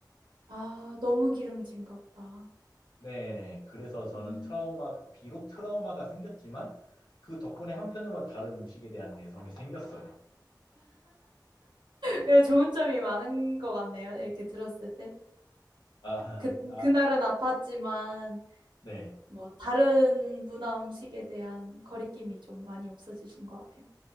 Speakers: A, on the right; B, on the left.
A: 아, 너무 기름진가 보다.
B: 네네. 그래서 저는
A: 음,
B: 트라우마, 비록 트라우마가 생겼지만 그 덕분에 한편으로는 다른 음식에 대한 내성이 생겼어요.
A: 그래, 좋은 점이 많은 것 같네요. 이렇게 들었을 때.
B: 아,
A: 그,
B: 아,
A: 그날은 아팠지만,
B: 네.
A: 뭐, 다른 문화 음식에 대한 거리낌이 좀 많이 없어지신 것 같아요.